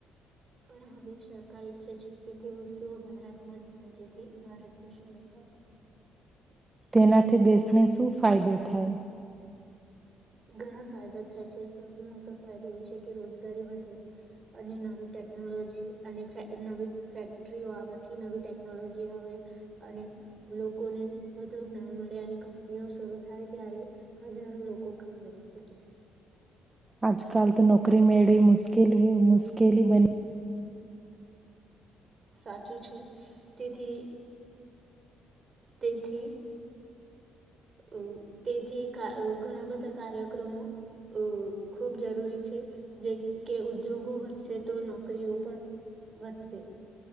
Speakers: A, on the right; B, on the right.
A: પણ હવે સરકાર ઈચ્છે છે કે તે વસ્તુઓ ભારતમાં જ બને, જેથી ભારત દેશનો વિકાસ છે.
B: તેનાથી દેશને શું ફાયદો થાય?
A: ઘણા ફાયદા થાય છે. સૌથી મોટો ફાયદો એ છે કે રોજગારી વધે. અને નવી ટેકનોલોજી અને નવી ફેક્ટરીઓ આવવાથી નવી ટેકનોલોજી આવે અને લોકોને વધુ જ્ઞાન મળે. અને કંપનીઓ શરૂ થાય ત્યારે હજારો લોકો. <unintelligible>
B: આજકાલ તો નોકરી મેળવી મુકેલ મુશ્કેલી બની.
A: સાચું છે તેથી. તેથી. અ તેથી ઘણા બધા કાર્યક્રમો અ ખૂબ જરૂરી છે. જે કે ઉદ્યોગો વધશે તો નોકરીઓ પણ વધશે.